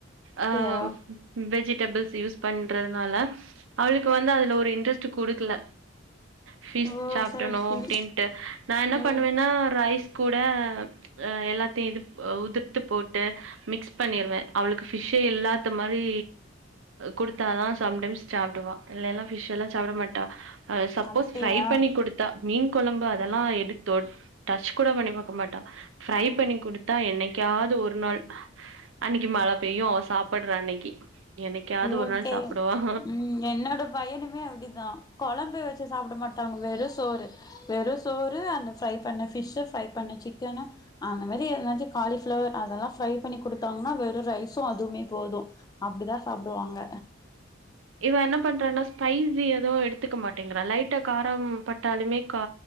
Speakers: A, on the left (about 20°); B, on the right (about 75°).
A: அப்டியா
B: அஹ்வெஜ் வெஜ்ஜுடெபில்ஸ்யூஸ் பண்றதுனால அவளுக்கு வந்து அதுல ஒரு இன்ட்ரெஸ்ட் குடுக்கல ஃபிஸ்
A: ஓ
B: ச
A: சரி
B: னும்
A: சரி
B: அப்படின்ட்டு நான் என்ன
A: ம்
B: பண்ணுவேன்னா ரைஸ் கூட அ எல்லாத்தையு இது உதிர்த்து போட்டு மிக்ஸ் பண்ணிருவே அவளுக்கு பிஷ்ஷே இல்லாத்த மாரி் கொடுத்தாதா சம்டைம்ஸ் சாப்பிடுவா இல்லனா பிஷ் எல்லா சாப்பட மாட்டா அ சப்போஸ்
A: அப்டியா
B: ஃப்ரை பண்ணி கொடுத் மீன் கொழம்பு அதெல்லா எடுடத்தொ டச்கூட பண்ணி பக்க மாட்ட ப்ரைபண்ணிகுடுத்தா எனிக்காது ஒரு நாள் அன்னைக்கு மழபெய்யும் அவ சாப்பட்ற அன்னைக்கு என்னைக்காவது
A: ஓகே
B: ஒரு நாள் சாப்டுவா
A: ம் என்னோட பையனுமே அப்பிடிதா கொழம்புவச் சாப்பிட மாட்டாங்க வெறு சோறு வெறு சோறு அந்த ஃப்ரை பண்ண பிஷ்ஷு ப்ரை பண்ண சிக்கனு அந்மேரி எதாச்சு காளிப்பிளவர் அதெல்லா ப்ரை பண்ணி கொடுத்தங்கன வெறு ரைசும்அதுவுமே போது அப்பிடிதா சாப்புடுவாங்க
B: இவ என்ன பண்றன்னா ஸ்பைசி எதவு எடுத்துக்க மாட்டேங்கறா லைட்டா காரம்பட்டாலுமே கா